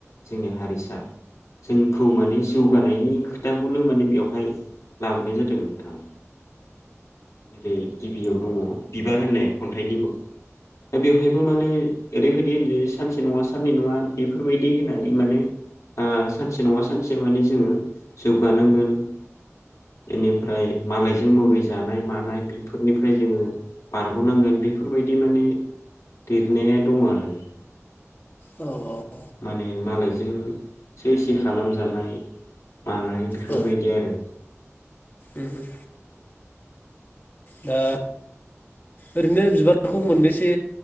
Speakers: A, on the left; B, on the left.
A: जोंनि हारिसा जोंखौ माने जौगानायनि खोथाखौनो माने बेवहाय लाबोनाय जादों जेरै गिबियाव दङ बिबार होन्नाय खन्थाइनि मुं, दा बेवहायबो माने ओरैबायदि सानसे नङा साननै नङा बेफोरबायदि होन्नानै माने ओ सानसे नङा सानसे माने जोङो जौगानांगोन बेनिफ्राय मालायजों मुगै जानाय मानाय बेफोरनिफ्राय जोङो बारग'नांगोन बेफोरबायदि माने लिरनाया दं आरो‌।
B: औ औ।
A: माने मालायजों सै सै खालामजानाय मानाय बेफोरबायदि
B: औ
A: आरो।
B: उम उम। दा ओरैनो बिबारफोरखौ मोनबेसे